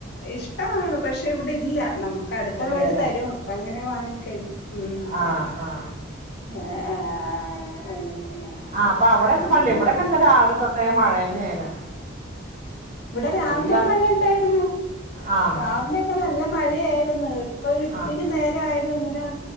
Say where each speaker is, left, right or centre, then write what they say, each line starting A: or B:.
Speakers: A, on the left; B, on the right.
A: ഇഷ്ടമാണ് പക്ഷെ ഇവിടെ ഇല്ല നമുക്ക് അടുത്തുള്ളവര്
B: ഇല്ലല്ലേ
A: തരും അപ്പ അങ്ങനെ വാങ്ങി കഴിക്കും ഉം
B: ആ ആ
A: ആഹ് അങ്ങനെങ്ങനെ
B: ആ അപ്പൊ അവിടെന്നെ
A: ഉം
B: മഴ
A: ഉം
B: ഇല്ല ഇവിടെക്കെരാവിലെ
A: ഉം
B: തൊട്ടേ മഴ തന്നെയാണ്
A: ഇവിടെ രാവിലെ
B: നല്ല
A: മഴ ഉണ്ടായിരുന്നു
B: ആഹ്
A: രാവിലെയൊക്കെ നല്ല മഴയായിരുന്നു ഇപ്പൊരിത്തിരി
B: ആഹ്
A: നേരെ ആയൊള്ളു ഇങ്ങനെ